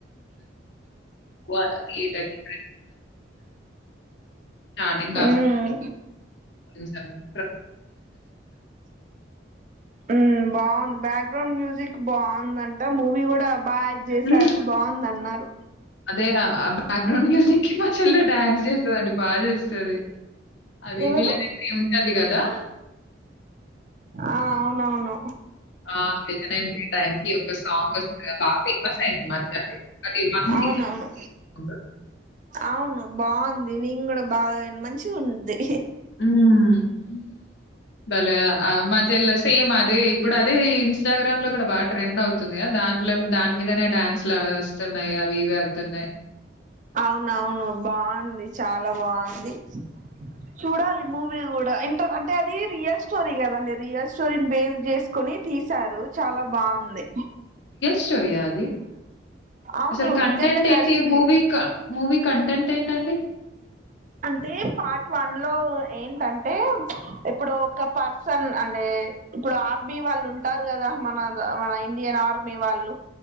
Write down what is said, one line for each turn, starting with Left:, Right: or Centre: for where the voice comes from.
Left: ఎక్కువ థియేటర్‌కి స్టార్టింగ్
Right: మ్మ్
Left: కాబట్టి చూశాను <unintelligible>
Right: ఉ బాగుంది బ్యాక్గ్రౌండ్ మ్యూజిక్ బాగుందంట మూవీ గూడా బాగా చేసారు
Left: హ్మ్.
Right: బాగుందన్నారు
Left: అదే ఆ బ్యాక్గ్రౌండ్ మ్యూజిక్ కి మా చెల్లె డాన్స్ చేస్తదండి బాగా చేస్తది అది
Right: ఎవరు
Left: విలన్ ఎంట్రీ ఉంటది కదా
Right: ఆ అవునవును
Left: ఆ విలన్ ఎంట్రీ టైమ్ కి ఒక సాంగ్ వస్తుంది కదా బాగా ఫేమస్ అయింది ఈ మధ్య అది <unintelligible>
Right: అవునవును
Left: అనుకుంటా.
Right: అవును బాగుంది నేను కూడా బాగా మంచిగా ఉంది
Left: మ్ బలే ఆ మా చెల్లే సేమ్ అదే ఇప్పుడు అదే ఇన్స్టాగ్రామ్ లో కూడా బాగా ట్రెండ్ అవుతుందిగా దాన్ లేమ్ దాని మీదనే డ్యాన్స్ లాగాస్తున్నాయి అవి ఇవి అయితున్నాయి
Right: అవునవును బాగుంది చాలా బాగుంది చూడాలి మూవీ కూడా ఇంటర్ అంటే అది రియల్ స్టోరీ కదండి రియల్ స్టోరీని బేస్ చేసుకోని తీసారు చాలా బావుంది
Left: స్టోరియా అది
Right: అవును
Left: అసలు కంటెంట్
Right: నిజంగా
Left: ఏంటి
Right: జరిగింది
Left: మూవీ క మూవీ కంటెంట్ ఏంటండి
Right: అంటే పార్ట్ వన్ లో ఏంటంటే ఇప్పుడు ఒక పర్సన్ అండే ఇప్పుడు ఆర్మీ వాళ్ళుంటారు కదా మన మన ఇండియన్ ఆర్మీ వాళ్ళు